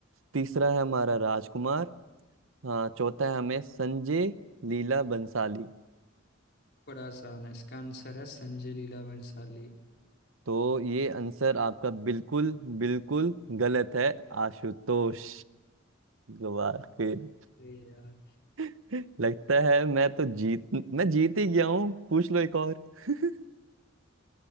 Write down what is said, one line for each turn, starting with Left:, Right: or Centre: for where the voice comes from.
Right: तीसरा है हमारा राजकुमार हाँ चौथा है हमें संजय लीला बंसाली
Left: बड़ा आसान है इसका आंसर है संजय लीला भंसाली
Right: तो ये आंसर आपका बिल्कुल बिल्कुल गलत है आशुतोष ग्वारकर
Left: अरे यार
Right: <laughs> लगता है मैं तो जीत मैं जीत ही गया हूँ पूछ लो एक और <laughs>